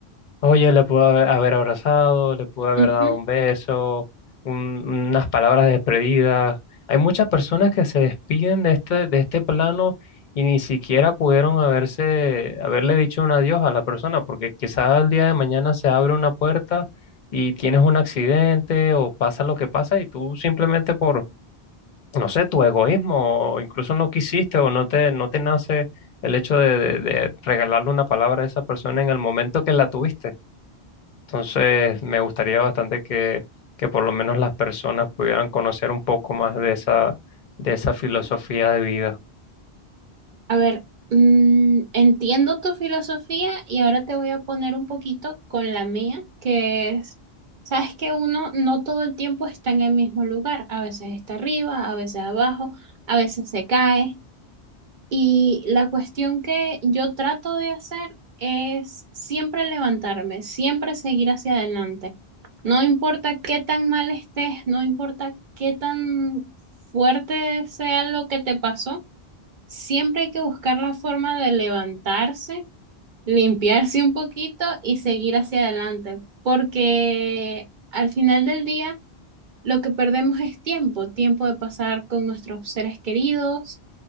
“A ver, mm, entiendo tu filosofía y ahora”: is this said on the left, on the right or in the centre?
Right